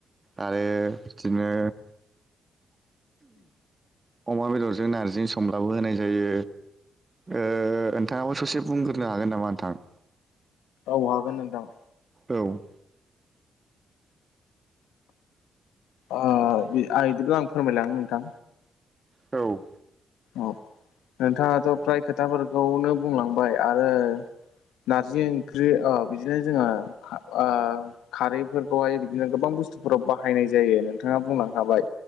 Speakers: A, on the right; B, on the left.
A: आरो इदिनो अमा बेदरजों नारजिजों संब्लाबो होनाय जायो। ओ ओंथाङाबो ससे बुंग्रोनो हागोन नामा नोंथां?
B: औ हागोन नोंथां।
A: औ
B: आ बि आ इदिब्ला आं फोरमायलांनो नोंथां।
A: औ
B: औ नोंथाङाथ' फ्राय खोथाफोरखौनो बुंलांबाय। आरो नारजि ओंख्रि ओ बिदिनो जोङो आ खारैफोरखौहाय बिदिनो गोबां बुस्थुफोराव बाहायनाय जायो नोंथाङा बुलां खाबाय।